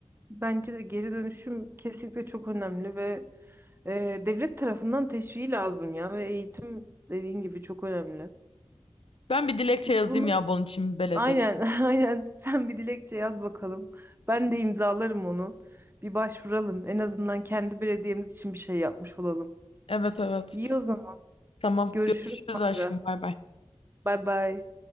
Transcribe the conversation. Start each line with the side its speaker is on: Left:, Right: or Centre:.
Right: Bence de geri dönüşüm kesinlikle çok önemli ve e, devlet tarafından teşviği lazım ya ve eğitim dediğin gibi çok önemli.
Left: Ben bir dilekçe
Right: Biz
Left: yazayım
Right: bunu
Left: ya bunun için belediyeye.
Right: aynen <laughs> aynen sen bir dilekçe yaz bakalım. Ben de imzalarım onu. Bir başvuralım. En azından kendi belediyemiz için bir şey yapmış olalım.
Left: Evet evet.
Right: İyi o zaman.
Left: Tamam.
Right: Görüşürüz
Left: Görüşürüz
Right: sonra.
Left: aşkım. Bay bay.
Right: Bay bay.